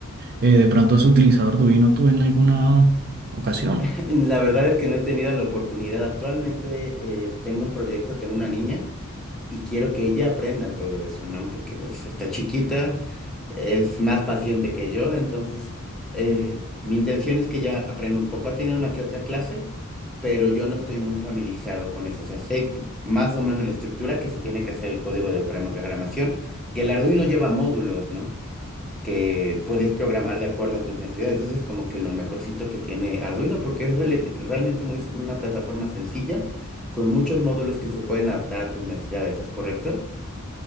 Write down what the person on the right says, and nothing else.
Eh, de pronto, ¿has utilizado Arduino tú en alguna ocasión?